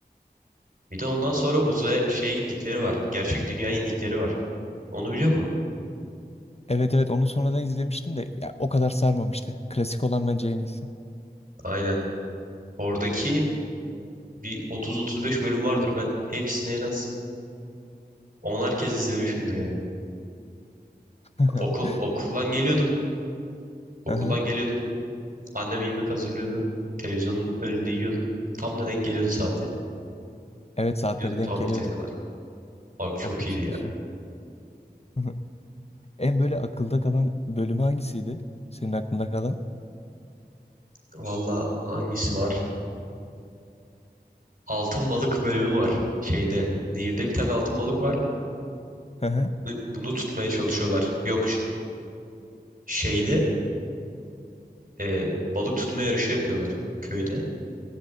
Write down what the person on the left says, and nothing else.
Evet evet onu sonradan izlemiştim de ya, o kadar sarmamıştı. Klasik olan bence en iyisi.
<laughs>
Aha.
Evet saatleri
denk
geliyordu.
Okul çıkışı.
<laughs> En böyle akılda kalan bölümü hangisiydi? Senin aklında kalan?
Aha.